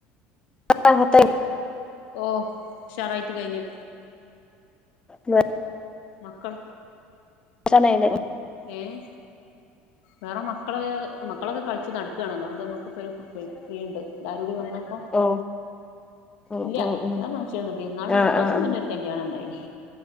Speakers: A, on the left (about 15°); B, on the left (about 75°).
A: റാഹത്തായി
B: ഓ ഉഷാറായിട്ട് കഴിഞ്ഞു
A: മ <unintelligible>
B: മക്കൾ
A: <unintelligible>
B: ഏഹ് വേറെ മക്കള് മക്കളൊക്കെ കളിച്ച് നടക്കാണ് അതുകൊണ്ട് നമുക്കിപ്പഴും പ്പഴും ഫ്രീ ഉണ്ട് എല്ലാരൂടി വന്നപ്പൊ
A: ഓ ഉം
B: ഇല്ല
A: ഉം ഉം
B: വേറെ ഫങ്ക്ഷൻ ഒന്നൂല്യാ പെരുന്നാളുടെ
A: ആഹ്
B: രണ്ടു ദിവസം
A: ആഹ് ആഹ്
B: മുന്നെ ഒരു കല്യാണം ഉണ്ടായീന്